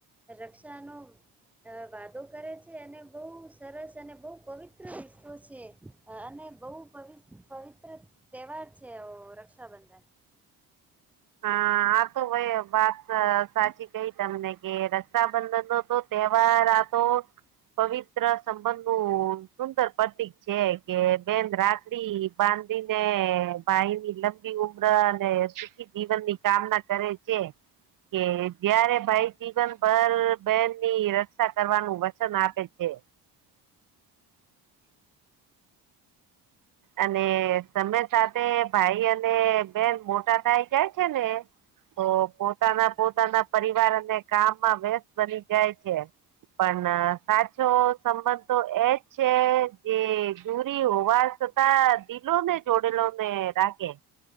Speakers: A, in the centre; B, on the right.
A: રક્ષાનો અ વાદો કરે છે અને બો સરસ અને બો પવિત્ર રીસ્તો છે. અને બઉ પવિ પવિત્ર તહેવાર છે અ રક્ષાબંધન.
B: હા. આતો ભાઈ વાત સાચી કઈ તમને કે રક્ષાબંધનનો તો તહેવાર આતો પવિત્ર સંબંધનું સુંદર પ્રતીક છે કે બેન રાખડી બાંધીને ભાઈ ની લંબી ઉમરઅ અને સુખી જીવન ની કામના કરે છે. કે જયારે ભાઈ જીવન ભર બેહેનની રક્ષા કરવાનું વચન આપે છે. અને તમે સાથે ભાઈ અને બેન મોટા થઇ જાય છે ને. તો પોતાના પોતાના પરિવાર અને કામમાં વ્યસ્ત બની જાય છે. પણ સાચો સંબંધ તો એજ છે જે દૂરી હોવા છતા દિલો ને જોડેલો ને રાખે